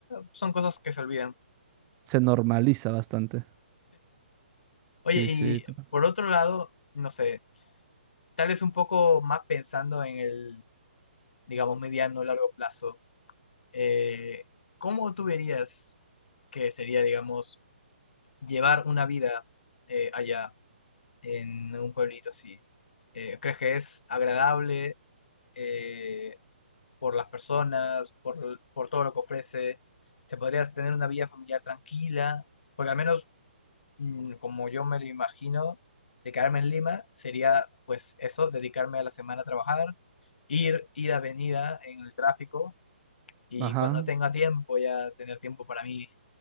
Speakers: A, on the left (about 55°); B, on the right (about 25°).
A: son cosas que se olvidan.
B: Se normaliza bastante.
A: Oye,
B: Sí,
A: y
B: sí. to-
A: por otro lado, no sé, tal vez un poco más pensando en el, digamos, mediano o largo plazo, eh, ¿cómo tú verías que sería, digamos, llevar una vida eh, allá, en un pueblito así? Eh, ¿crees que es agradable eh, por las personas, por, por todo lo que ofrece? ¿Se podría tener una vida familiar tranquila? Porque al menos mm, como yo me lo imagino, de quedarme en Lima sería pues eso, dedicarme a la semana a trabajar, ir, ida, venida en el tráfico y
B: Ajá.
A: cuando tenga tiempo ya tener tiempo para mí